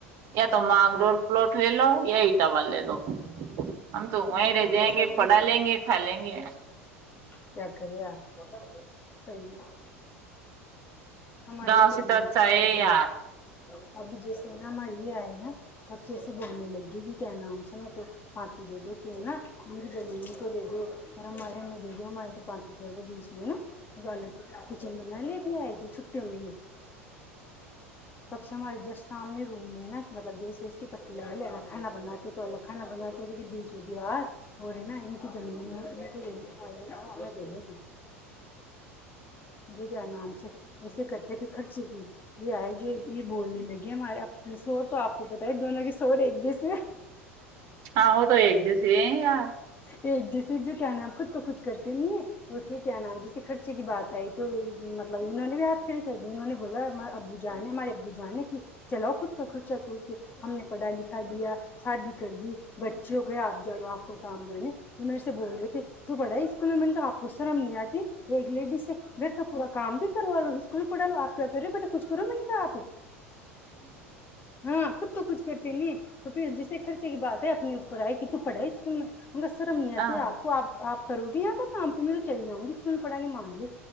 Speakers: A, on the right (about 45°); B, on the left (about 25°).
A: یا تو مانگ روول پلاٹ لے لو یا اٹاو لے لو ہم تو وہیں
B: نہیں
A: رہ
B: تو کیسا
A: جائیں گے
B: ہی
A: پڑا
B: ہے کہ
A: لیں گے کھا لیں گے
B: کیا کرے آ سی ہے ہمارے
A: گاؤں
B: کیا
A: سے تو
B: نام
A: اچھا
B: سےحی
A: ہے
B: مطلب
A: یار
B: ابھی جیسے ہے نا ہمارے یہ آئے نا تب سےیسے بولنے لگی کہ کیا نام ہم سے میں تو پارٹی دے دو کہ ہے نا ان کی جمین کو دے دو اور ہمارے میں دے ہماراری تو پارٹی کر دو بیچ میں نا گول کچن بنا لے آئی تھی چھٹیوں میں ہی تب سے ہمارے جس سامنے روم میں ناطلب گیس ویس کی پٹی لگا لے الکھانا بناتے تو الکھھانا بناتے تو بیچ دیوار اور رہ نا انک چلو جی جک جو کیا نام سے ایسے کرتے پ خرچ کیوں یہ آئے جو یہ بولنے لگی ہمارےنے شور تو آپ کو پت ہے دونوں کے شور ایک جیسے
A: ہاں وہ تو ایک جس یار
B: ایک جیسے جو کیا نام آپ خود تو کچھ کرتے نہیں ہے اور پھر کیا نام جیسے خرچے کی بات آئے تو مطلب انہوں نے بھی یاد کڑی کر دی انہوں بولا ابو جان نے ہمارے ابو جان کی چلاؤ خود کا کچا ک کے ہم نے پڑھا لکھا دیا شادی کر دی بچوں کو آپ جاؤ آپ کو کام جانے جو میرے سے بول رہے تھے تو پڑھائی اسکول میں م نے کہ آپ کو شرم نہیں آتی ایک لیڈی سے م تو پورا کام بھی کروا لو اسکول بھی پڑھا لو آپ کیا کریے بیٹا کچھ کرو مہنگا آپ ہاں خود تو کچھ کرتے نہیں تو پھر جسے خرچے کی بات ہے اپنے اپر پا ہے کیت تو پڑھا ہے اسکول ہوں گ سر ہم نہیں آتی
A: ہاں
B: ہے آپ کو آپ آپ کرو گی کام پہ میں تو چل جؤںی پڑھا نہیں مانگ لو